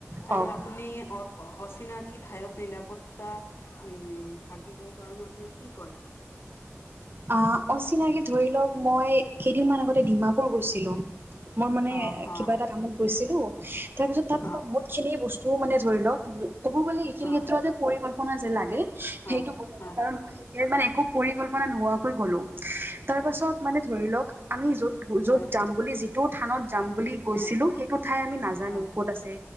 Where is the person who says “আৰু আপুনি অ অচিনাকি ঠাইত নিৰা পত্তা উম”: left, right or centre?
Left